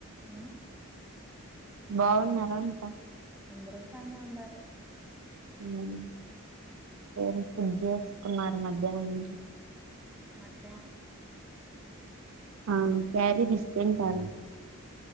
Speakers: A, in the centre; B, on the right (about 65°).
A: హ్మ్మ్
B: బావున్నారా అంత
A: అందరు బానే ఉండారు
B: మ్మ్ పేరుక్ ఫిట్ జేస్కున్నారు మధ్యాహ్నం నుంచి
A: మద్
B: ఆ క్యారీ దీస్కుంటారు